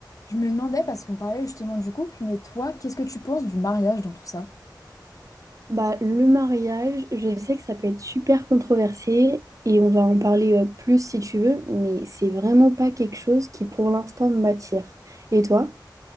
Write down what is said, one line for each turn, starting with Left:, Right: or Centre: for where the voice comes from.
Left: Je me demandais, parce qu'on parlait justement du couple, mais toi, qu'est-ce que tu penses du mariage dans tout ça?
Right: Bah, le mariage, je sais que ça peut être super controversé et on va en parler euh, plus si tu veux, mais c'est vraiment pas quelque chose qui pour l'instant m'attire. Et toi?